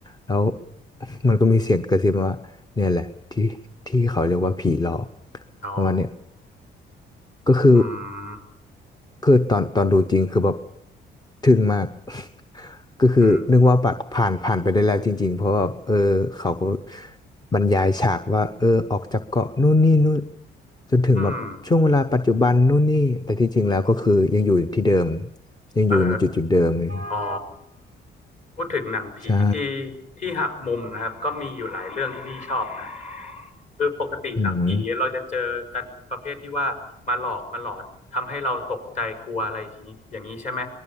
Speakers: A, on the left; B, on the left.
A: แล้ว <laughs> มันก็มีเสียงกระซิบมาว่าเนี่ยแหละที่ที่เขาเรียกว่าผีหลอก
B: อ๋อ
A: ประมาณเนี้ยก็คือ
B: อืม
A: คือตอนตอนดูจริงคือแบบทึ่งมาก <laughs> ก็คือนึกว่าปัดผ่านผ่านไปได้แล้วจริงๆเพราะว่าเออเขาก็
B: อืม
A: บรรยายฉากว่าเออออกจากเกาะนู่นนี่นู่นจนถึงแบบช่วงเวลาปัจจุบันนู่นนี่แต่ที่จริงแล้วก็คือยังอยู่ที่เดิม
B: อืม
A: ยังอยู่ในจุดจุดเดิมเลย
B: เออ อ๋อพูดถึงหนังผีที่
A: ใช่
B: ที่หักมุมนะครับก็มีอยู่หลายเรื่องที่พี่ชอบนะ คือปกติหนังผีเราจะเจอกันประเภทที่ว่ามาหลอกมาหลอนทำให้เราตกใจกลัวอะไรอย่างนี้อย่างนี้ใช่ไหม
A: อืม